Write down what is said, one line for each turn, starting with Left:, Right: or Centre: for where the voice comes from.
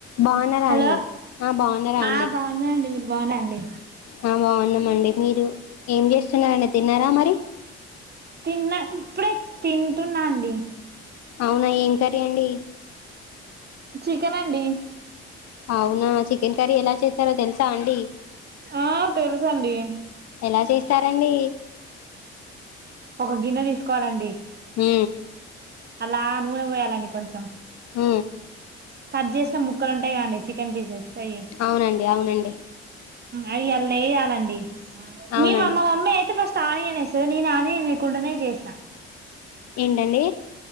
Left: బాగున్నారా
Right: హలో
Left: అండి ఆ బాగున్నారా
Right: ఆ
Left: అండి
Right: బాగున్నా అండి మీరు బాగున్నా అండి
Left: ఆ బాగున్నామండి మీరు ఏం చేస్తున్నారండి తిన్నారా మరి
Right: తిన్న ఇప్పుడే తింటున్న అండి
Left: అవునా ఏం కర్రీ అండి
Right: చికెన్ అండి
Left: అవునా చికెన్ కర్రీ ఎలా చేస్తారో తెలుసా అండి
Right: ఆ తెలుసండి
Left: ఎలా చేస్తారండి
Right: ఒక గిన్నె తీసుకోవాలండి
Left: ఊ
Right: ఆన్ల నూనె పోయాలండి కొంచెం
Left: హ
Right: కట్ చేసిన ముక్కలు ఉంటాయి కదండీ చికెన్ పీసెస్ అవి
Left: అవునండి అవునండి
Right: అయి ఆన్ల వేయాలండి
Left: అవునండి
Right: మీ మామ్మ మమ్మీ అయితే ఆనియన్ వేస్తది నేను ఆనియన్ లేకుండానే చేస్
Left: ఏంటండి